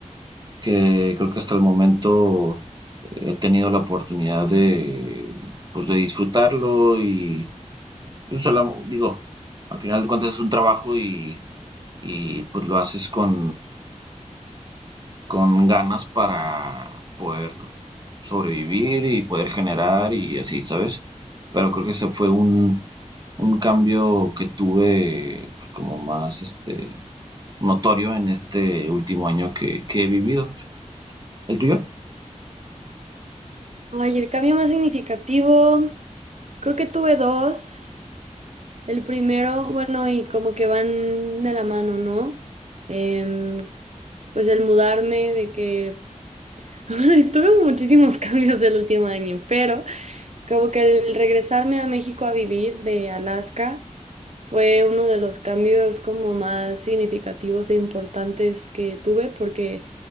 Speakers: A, on the right; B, on the right.
A: que creo que hasta el momento he tenido la oportunidad de, pues, de disfrutarlo y pues, solo, digo, al final de cuentas es un trabajo y, y pues lo haces con, con ganas para poder sobrevivir y poder generar y así, ¿sabes? Pero creo que ese fue un, un cambio que tuve pues, como más este notorio en este último año que, que he vivido. ¿El tuyo?
B: Ay, el cambio más significativo, creo que tuve dos. El primero, bueno, y como que van de la mano, ¿no? Em, pues el mudarme, de que <laughs> bueno, tuve muchísimos <laughs> cambios el último año, pero como que el regresarme a México a vivir de Alaska. Fue uno de los cambios como más significativos e importantes que tuve porque